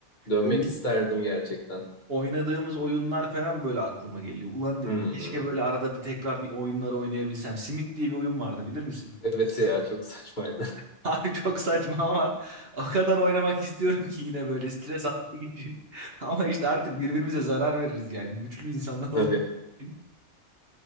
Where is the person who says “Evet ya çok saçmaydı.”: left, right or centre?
Left